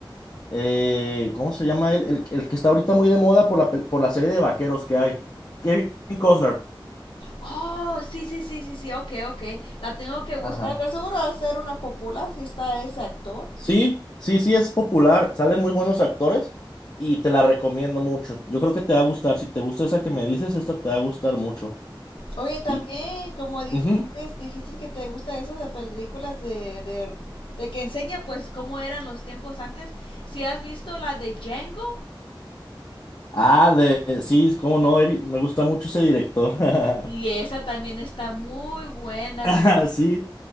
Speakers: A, on the left; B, on the left.
A: eh, ¿cómo se llama él? El, el que está ahorita muy de moda por la, pel- por la serie de vaqueros que hay, Kevin Costner.
B: Oh, sí, sí, sí, sí, sí, ok, ok. La tengo que buscar.
A: Ajá.
B: De seguro va a ser una popular si está ese actor.
A: Sí, sí, sí, es popular, salen muy buenos actores y te la recomiendo mucho. Yo creo que te va a gustar, si te gusta esa que me dices, esta te va a gustar mucho.
B: Oye, también,
A: Y,
B: como dijiste,
A: ujú.
B: dijiste que te gusta esas de películas de, de, de que enseña pues cómo eran los tiempos antes. Si has visto la de Django,
A: Ah, de, eh, sí, cómo no, Evi- me gusta mucho ese director. <laughs>
B: y esa también está muy buena,
A: Ah,
B: con-
A: Sí,